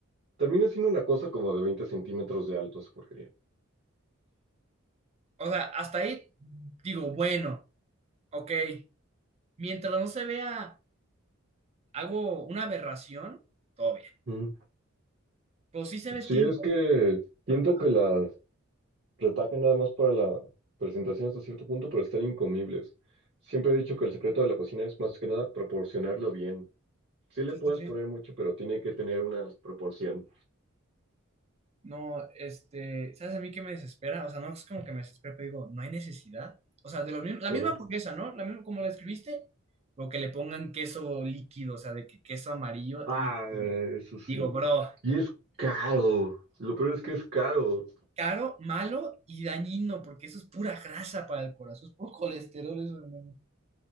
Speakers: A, on the right; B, on the right.
A: Termina siendo una cosa como de 20 centímetros de alto esa porquería.
B: O sea, hasta ahí digo, bueno, ok. Mientras no se vea, hago una aberración, todo bien.
A: Ujú.
B: Pues sí sabes
A: Sí,
B: que...
A: es que siento
B: bueno,
A: que las Retacan nada más para la presentación hasta cierto punto, pero están incomibles. Siempre he dicho que el secreto de la cocina es más que nada proporcionarlo bien. Sí le
B: sí,
A: puedes
B: sí, sí.
A: poner mucho, pero tiene que tener una proporción.
B: No, este, ¿sabes a mí qué me desespera? O sea, no es como que me desespera, pero digo, no hay necesidad. O sea, de lo mismo, la
A: Ajá.
B: misma hamburguesa, ¿no? La misma, como la escribiste, lo que le pongan queso líquido, o sea, de que queso amarillo
A: Ah,
B: líquido.
A: eso sí.
B: Digo, bro,
A: Y es caro. Lo peor es que es caro.
B: caro, malo y dañino, porque eso es pura grasa para el corazón, es puro colesterol eso, hermano.